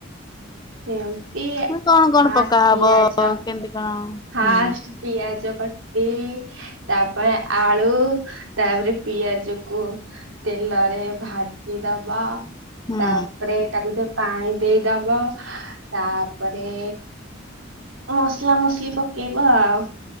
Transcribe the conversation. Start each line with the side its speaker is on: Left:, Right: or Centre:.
Right: ସେମିତି
Left: ମୁଁ କଣ
Right: ଫାଷ୍ଟ
Left: କଣ ପକାହବ
Right: ପିଆଜ
Left: କେମିତି କଣ?
Right: ଫାଷ୍ଟ
Left: ହୁଁ
Right: ପିଆଜ କାଟିଇ ତାପରେ ଆଳୁ ତାପରେ ପିଆଜ କୁ ତେଲରେ ଭାଜି ଦବ
Left: ହୁଁ।
Right: ତାପରେ ତାକୁ ପାଣି ଦେଇଦବ ତାପରେ ମସଲା ମସଲି ପକେଇବ ଆଉ।